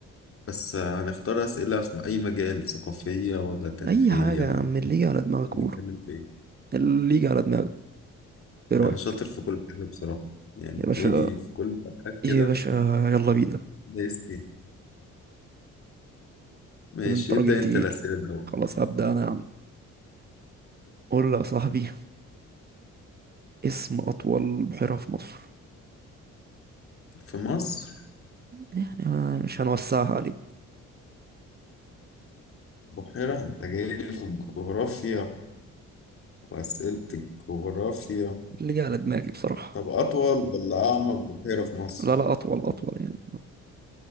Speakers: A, on the left (about 45°); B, on the right (about 30°).
A: بس هنختار اسئله في اي مجال ثقافيه ولا تاريخيه
B: اي حاجه
A: ولا
B: يا عم اللي يجي على دماغك
A: نتكلم
B: قوله
A: في ايه
B: اللي يجي على دماغك ايه رايك
A: انا شاطر في كل حاجه بصراحه يعني
B: يا باشا
A: تلاقيني في كل الحاجات كده
B: ايه يا باشا يلا بينا
A: دايس فيه ماشي
B: طب انت راجل
A: ابدا
B: تقيل
A: انت الاسئله الاول
B: خلاص هبدا انا يا عم قول لي يا صاحبي اسم اطول بحيره في مصر
A: في مصر
B: يعني أنا مش هنوسعها عليك
A: بحيره انت جاي لي في الجغرافيا واسئله الجغرافيا
B: اللي جه على دماغي بصراحه
A: طب اطول ولا اعمق بحيره في مصر
B: لا لا اطول اطول يعني